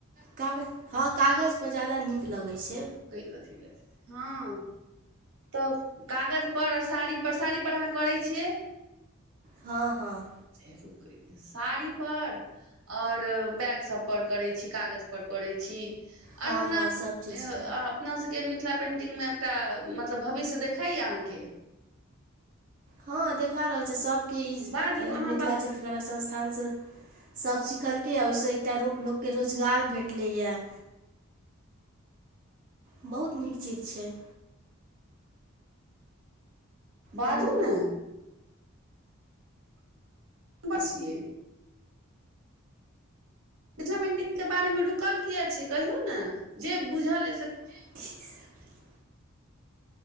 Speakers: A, on the right (about 40°); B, on the right (about 80°).
A: कागज हँ कागज पर ज्यादा नीक लगैत छैय।
B: <unintelligible> हँ तऽ कागजपर साड़ी पर साड़ी पर अहाँ करै छियै।
A: हँ हँ
B: <unintelligible> साड़ी पर आओर बैग सभ पर करै छी कागज पर करै छी।
A: हँ
B: आओर हमरा
A: हँ सभ चीजपर
B: अ अपना सबके मिथिला पेन्टिंगमे एकटा मतलब भविष्य देखाय या अहाँके?
A: हँ देखा रहल छैय सभके ई
B: बाजू
A: ई
B: अहाँ
A: मिथिला चित्रकला संस्थानसँ सभ सिखलकैया ओहिसँ एकटा रो लोककेँ रोजगार भेटलैया।
B: <inaudible>
A: बहुत नीक चीज छैय।
B: बाजू
A: हेलो
B: ने। <unintelligible> छियै। मिथिला पेंटिंग के बारेमे रुकल किया छीयै कहियौ ने जे बुझल या से
A: <unintelligible>